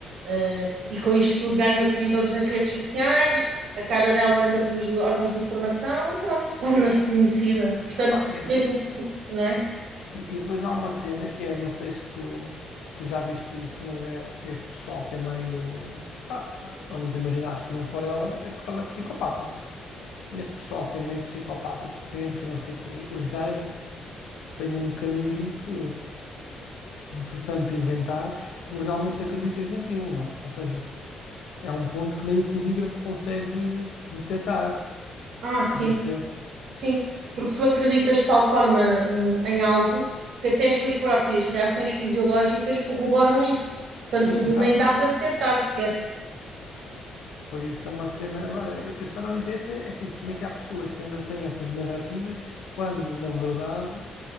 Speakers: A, on the right (about 65°); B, on the left (about 85°).
A: Eh, e com isto tudo ganhou seguidores nas redes sociais, a cara dela anda pelos órgãos de informação e pronto, <laughs> torna-se conhecida. Portanto,
B: Ah, e depois-
A: mesmo que, né?
B: E, e depois há uma cena que é, não sei se tu, tu já viste isso, mas é esse pessoal que é meio. pá, vamos imaginar, se não for ela, é porque ela é psicopata, né? E esse pessoal que é meio psicopático, mente e não sei o quê, os gajos têm um mecanismo que, de tu tanto inventares, tu realmente acreditas naquilo, né? Ou seja, é um ponto que nem o polígrafo consegue detectar.
A: Ah, sim,
B: É uma cena.
A: sim, porque tu acreditas de tal forma, eh, em algo que até as tuas próprias reações fisiológicas corroboram isso. Portanto,
B: Sim, exato.
A: nem dá para detectar sequer.
B: Por isso é uma cena. Agora, eu, eu só não entendo é, é tipo como é que há pessoas que ainda têm essas narrativas quando, na verdade,